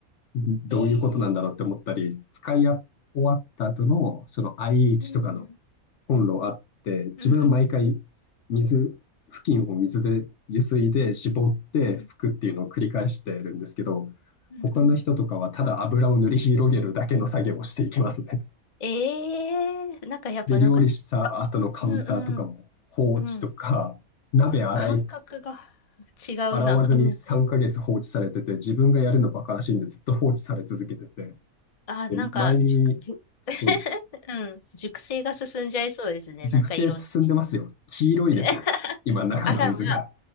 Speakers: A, on the left (about 60°); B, on the left (about 35°).
A: どういうことなんだろうって思ったり、
B: えー、
A: 使い終わった後のその IH
B: うん、
A: とかのコンロあって、自分は毎回
B: うん、うん。
A: 水、布巾を水で湯水で絞って拭くっていうのを繰り返してるんですけど、
B: うんうんうん。
A: 他の人とかはただ油を塗り広げるだけの作業をしていきますね。
B: ええなんかやっぱなんか、
A: で、料理した後のカウンターとかも放置とか、
B: あうんうん、うん。
A: 鍋洗い、
B: 感覚が違うな。
A: 洗わずに3ヶ月放置されてて、
B: うんうん。
A: 自分がやるのバカらしいんでずっと放置され続けてて、
B: あ、
A: で、
B: なんか、
A: 前に、
B: じゅ、じゅ、
A: そうです。
B: <laughs> うん。熟成が進んじゃいそうですね。
A: 熟成進んでますよ。
B: なんかいろんな。
A: 黄色いですよ。
B: <laughs>
A: 今、中の水が。
B: あらま、